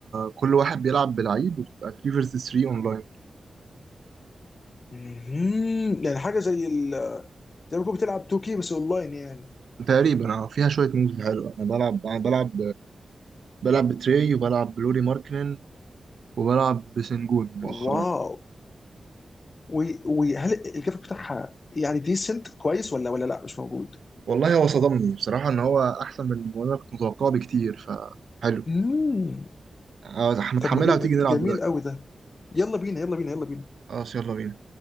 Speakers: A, on the right (about 80°); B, on the left (about 45°).
A: كل واحد بيلعب بلعيب وبتبقى 3 فيرسز 3 اونلاين
B: مهم. يعني حاجه زي ال... زي ما تكون بتلعب 2K بس اونلاين يعني
A: تقريبا اه فيها شويه موves حلوه انا بلعب انا بلعب بلعب بتري وبلعب بلوري ماركنن وبلعب بسنجون مؤخرا
B: واو وي- وهل الجرافيك بتاعها يعني ديسنت كويس ولا ولا لا مش موجود
A: والله هو صدمني بصراحة إن هو أحسن من ما أنا كنت متوقعه بكتير فحلو
B: مم.
A: آه، متحملها
B: طب ما جي-
A: وتيجي نلعب
B: جميل
A: دلوقتي
B: قوي ده يلا بينا يلا بينا يلا بينا
A: خلاص يلا بينا